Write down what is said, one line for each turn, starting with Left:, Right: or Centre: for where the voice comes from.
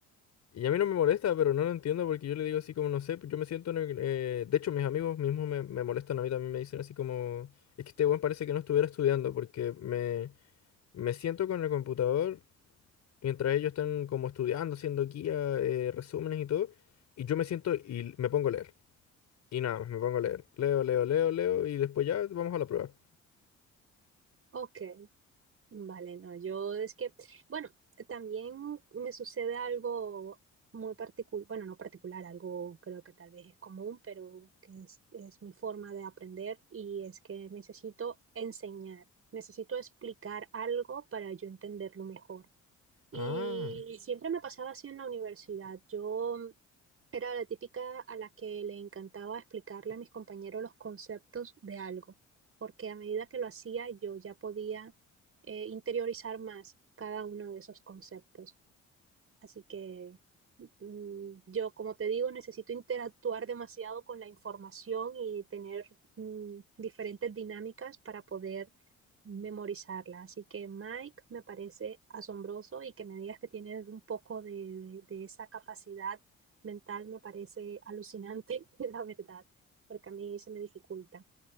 Left: Y a mí no me molesta, pero no lo entiendo porque yo le digo así como, no sé, yo me siento... en eh, de hecho, mis amigos mismos me, me molestan a mí también, me dicen así como, es que este buen parece que no estuviera estudiando porque me... Me siento con el computador mientras ellos están como estudiando, haciendo guía, eh, resúmenes y todo. Y yo me siento y me pongo a leer. Y nada más, me pongo a leer. Leo, leo, leo, leo y después ya vamos a la prueba.
Right: Ok, Vale, no, yo es que, bueno, también me sucede algo muy particular, bueno, no particular, algo creo que tal vez es común, pero que es, es mi forma de aprender y es que necesito enseñar, necesito explicar algo para yo entenderlo mejor.
Left: Ah,
Right: Y siempre me pasaba así en la universidad. Yo era la típica a la que le encantaba explicarle a mis compañeros los conceptos de algo, porque a medida que lo hacía yo ya podía eh, interiorizar más cada uno de esos conceptos. Así que mm, yo, como te digo, necesito interactuar demasiado con la información y tener mm, diferentes dinámicas para poder memorizarla. Así que Mike, me parece asombroso y que me digas que tienes un poco de, de- de esa capacidad mental me parece alucinante, <laughs> la verdad, porque a mí se me dificulta.